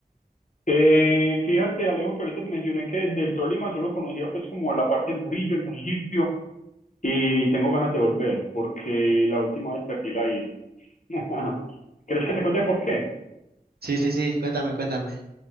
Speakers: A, on the left; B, on the right.
A: Eh, fíjate, Alejo, que ahorita te mencioné que del Tolima solo conocía pues como la parte de Murillo, el municipio, Y tengo ganas de volver, porque la última vez perdí la ida. <laughs> ¿Crees que te cuente por qué?
B: Sí, sí, sí, cuéntame, cuéntame.